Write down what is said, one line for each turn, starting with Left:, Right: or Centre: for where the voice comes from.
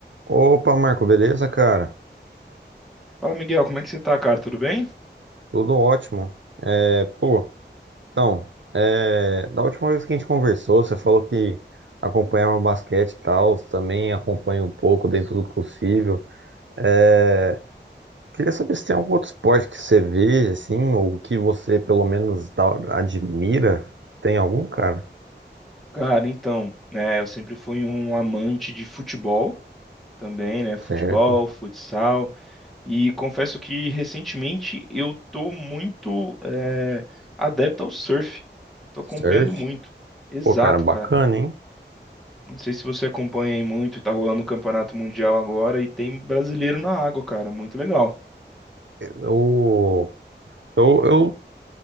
Right: Opa, Marco, beleza, cara?
Centre: Fala, Miguel, como é que você tá, cara? Tudo bem?
Right: Tudo ótimo. É, pô, então, é, da última vez que a gente conversou, você falou que acompanhava o basquete e tal, também acompanha um pouco dentro do possível. É, queria saber se tem algum outro esporte que você vê, assim, ou que você pelo menos dá- admira. Tem algum, cara?
Centre: Cara, então, né, eu sempre fui um amante de futebol também, né? Futebol,
Right: Certo.
Centre: futsal, e confesso que recentemente eu tô muito eh, adepto ao surf. Tô acompanhando
Right: Surf.
Centre: muito. Exato,
Right: Pô, cara, bacana,
Centre: cara.
Right: hein?
Centre: Não sei se você acompanha aí muito, tá rolando o Campeonato Mundial agora e tem brasileiro na água, cara. Muito legal.
Right: Eu, eu, eu